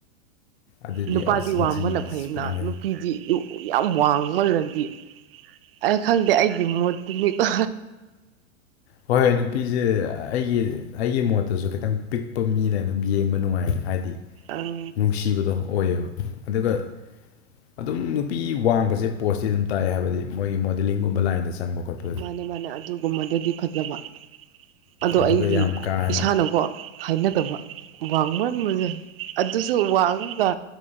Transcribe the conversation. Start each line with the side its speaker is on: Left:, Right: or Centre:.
Left: ꯑꯗꯨꯗꯤ
Right: ꯅꯨꯄꯥꯗꯤ
Left: ꯑꯁ
Right: ꯋꯥꯡꯕꯅ
Left: ꯏꯟꯆꯤ
Right: ꯐꯩꯅ
Left: ꯐꯅꯌꯥꯝ
Right: ꯅꯨꯄꯤꯗꯤ ꯌꯨ ꯌꯥꯝ ꯋꯥꯡꯃꯜꯂꯗꯤ ꯑꯩ ꯈꯪꯗꯦ ꯑꯩꯒꯤ ꯃꯣꯠꯇꯨꯅꯤꯀꯣ
Left: ꯍꯣꯏ ꯍꯣꯏ ꯅꯨꯄꯤꯁꯦ ꯑꯩꯒꯤ ꯑꯩꯒꯤ ꯃꯣꯠꯇꯁꯨ ꯈꯤꯇꯪ ꯄꯤꯛꯄ ꯃꯤꯅ ꯑꯗꯨꯝ ꯌꯦꯡꯕ ꯅꯨꯡꯉꯥꯏ ꯍꯥꯏꯗꯤ
Right: ꯑꯪ
Left: ꯅꯨꯡꯁꯤꯕꯗꯣ ꯑꯣꯏꯌꯦꯕ ꯑꯗꯨꯒ ꯑꯗꯨꯝ ꯅꯨꯄꯤ ꯋꯥꯡꯕꯁꯦ ꯄꯣꯁꯇꯤ ꯑꯗꯨꯝ ꯇꯥꯏꯑ ꯍꯥꯏꯕꯗꯤ ꯃꯣꯏꯒꯤ ꯃꯣꯗꯂꯤꯡꯒꯨꯝꯕ ꯂꯥꯏꯟꯗ ꯆꯪꯕ ꯈꯣꯠꯄ
Right: ꯃꯥꯅꯦ ꯃꯥꯅꯦ ꯑꯗꯨꯒꯨꯝꯕꯗꯗꯤ ꯐꯖꯕ ꯑꯗꯣ
Left: ꯑꯗꯨꯒ
Right: ꯑꯩꯗꯤ
Left: ꯌꯥꯝ ꯀꯥ ꯍꯦꯟꯅ
Right: ꯏꯁꯥꯅꯀꯣ ꯍꯥꯏꯅꯗꯕ ꯋꯥꯡꯃꯟ ꯃꯁꯦ ꯑꯗꯨꯁꯨ ꯋꯥꯡꯉꯒ